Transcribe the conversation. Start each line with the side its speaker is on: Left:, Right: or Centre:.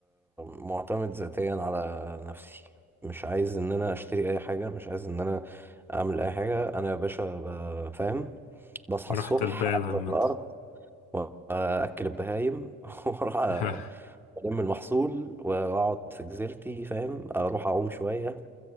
Centre: معتمد ذاتيا على نفسي مش عايز ان انا اشتري اي حاجه مش عايز ان انا اعمل اي حاجه انا يا باشا ب- فاهم بصحى
Left: رحت
Centre: الصبح
Left: البال عامة
Centre: انزل الارض واكل البهايم <laughs> واروح
Left: <laughs>
Centre: الم المحصول واقعد في جزيرتي فاهم اروح اعوم شويه